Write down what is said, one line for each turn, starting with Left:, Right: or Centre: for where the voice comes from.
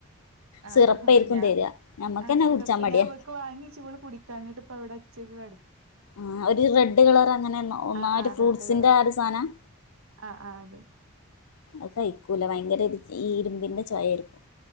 Right: ആ
Left: സിറപ്പായിരിക്കും
Right: ആ ഞാൻ
Left: തരിക ഞമ്മക്കന്നെ
Right: ആ സിറപ്പ്
Left: കുടിച്ചാൻ മടിയാ
Right: ഞാൻ ഇവൾക്ക് വാങ്ങി വച്ച ഇവള് കുടിക്കഞ്ഞിട്ട് ഇപ്പ ഇവിടെ വെച്ചേക്കുവാ
Left: ആ ഒരു റെഡ് കളർ അങ്ങനെ ഒന്നായി്
Right: ആഹ് ആഹ്
Left: ഫ്രൂട്ട്സിന്റെ
Right: റെഡ് കളർ
Left: ആ ഒരു സാധനം
Right: ആഹ് ആഹ് അതെ
Left: അയ് കഴിക്കൂല ഭയങ്കര ഈ ഇരുമ്പിന്റെ ചോയയിരിക്കും